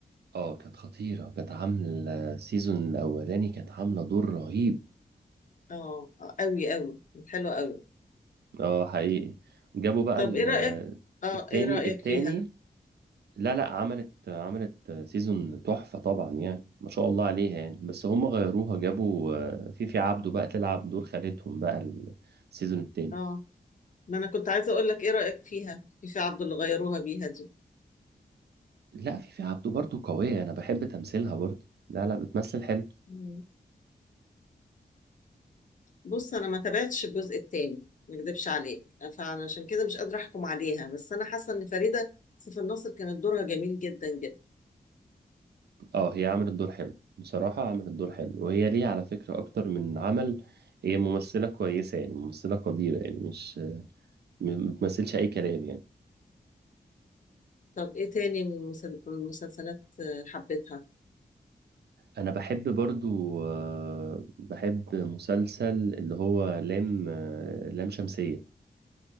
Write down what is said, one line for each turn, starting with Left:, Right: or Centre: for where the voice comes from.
Right: اه كانت خطيرة كانت عاملة السيزون الأولاني كانت عاملة دور رهيب
Left: اه آه، قوي قوي كانت حلوة قوي
Right: اه حقيقي جابوا بقى
Left: طب
Right: ال-
Left: ايه رأيك اه
Right: التاني
Left: ايه رأيك
Right: التاني
Left: فيها
Right: لا لا عملت عملت سيزون تحفة طبعا يعني ما شاء الله عليها يعني بس هم غيروها جابوا آه، فيفي عبده بقى تلعب دور خالتهم بقى السيزون التاني
Left: اه ما انا كنت عايزة اقول لك ايه رأيك فيها في في عبد اللي غيروها بيها دي
Right: لا فيفي عبده برضو قوية أنا بحب تمثيلها برضو لا لا بتمثل حلو
Left: مم. بص انا ما تابعتش الجزء التاني ما اكدبش عليك فانا عشان كده مش قادرة احكم عليها بس انا حاسة ان فريدة سيف الناصر كانت دورها جميل جدا جدا
Right: اه هي عملت دور حلو بصراحة عملت دور
Left: مم.
Right: حلو وهي ليه على فكرة أكتر من عمل هي ممثلة كويسة يعني ممثلة قديرة يعني مش م- ما بتمثلش أي كلام يعني
Left: طب ايه تاني من المسل- من المسلسلات آه، حبيتها
Right: أنا بحب برضو آه، بحب مسلسل اللي هو لام آه، لام شمسية